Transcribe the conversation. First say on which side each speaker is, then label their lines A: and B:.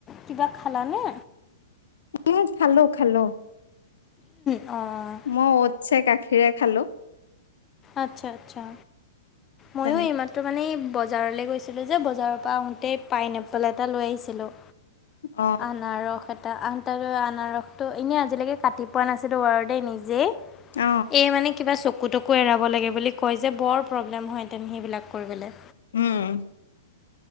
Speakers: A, on the left; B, on the left.
A: কিবা খালা নে?
B: উম' খালো খালো।
A: অঁ'
B: মই ওতছে গাখীৰে খালো।
A: আৎচ্ছা আৎচ্ছা ময়ো
B: তেনে
A: এইমাত- তো মানে বজাৰলৈ গৈছিলোঁ যে বজাৰৰ পৰা আহোঁতেই পাইন এপল এটা লৈ আহিছিলোঁ।
B: অ
A: আনাৰস এটা আন- তাৰ আনাৰসটো এনেই আজিলৈকে কাটি পোৱা নাছিলোঁ বাৰু দেই নিজেই,
B: অ
A: এই মানে- কিবা চকু তকু এৰাব লাগে বুলি কয় যে বৰ প্ৰব্লেম হয় তেন সেইবিলাক কৰিবলে।
B: উম'